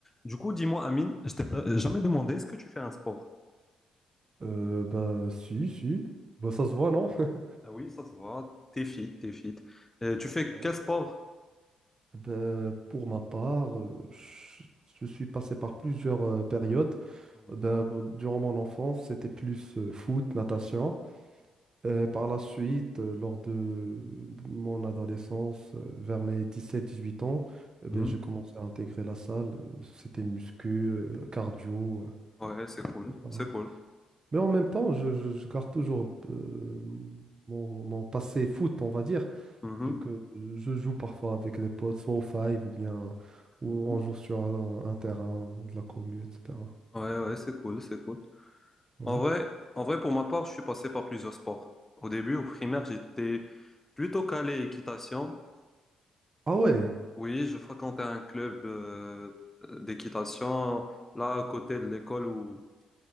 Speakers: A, on the left; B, on the right.
A: Du coup, dis-moi, Amine, je t'ai pas- jamais demandé, est-ce que tu fais un sport?
B: Euh, bah, si, si. Bah, ça se voit, non? <laughs>
A: Ah oui, ça se voit, t'es fit, t'es fit. Euh, tu fais
B: Ouais.
A: quel sport?
B: Ben, pour ma part, euh, je, je suis passé par plusieurs euh, périodes.
A: Mhm.
B: Ben, bon, durant mon enfance, c'était plus euh, foot, natation. Euh, par la suite, euh, lors de mon adolescence, euh, vers mes dix-sept, dix-huit ans, euh,
A: Mhm.
B: ben, j'ai commencé à intégrer la salle. Euh, C'était muscu, euh, cardio. euh.
A: Ouais, c'est cool,
B: Voilà.
A: c'est cool.
B: Mais en même temps, je, je- je garde toujours euh, mon, mon passé foot, on va dire.
A: Mhm.
B: vu que je joue parfois avec des potes, soit au Five ou bien ou
A: Mhm.
B: on joue sur un, un terrain de la commu, etc.
A: Ouais, ouais, c'est cool, c'est cool.
B: Ouais.
A: En vrai, en vrai, pour ma part, je suis passé par plusieurs sports. Au début, au primaire, j'étais plutôt calé équitation.
B: Ah ouais,
A: Oui, je fréquentais un club euh, d'équitation là à côté de l'école où